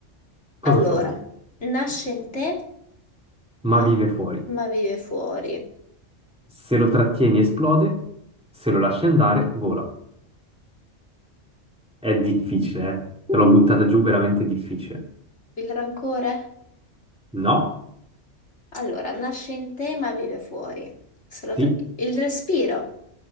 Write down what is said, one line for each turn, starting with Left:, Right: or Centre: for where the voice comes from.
Centre: Cosa
Left: Allora,
Centre: sono?
Left: nasce in te, ma,
Centre: Ma vive fuori.
Left: ma vive fuori.
Centre: Se lo trattieni, esplode. Se lo lasci andare, vola. È difficile, eh? Te l'ho buttata giù, veramente difficile.
Left: Il rancore?
Centre: No,
Left: Allora, nasce in te, ma vive fuori. Se lo
Centre: sì,
Left: tra- Il respiro,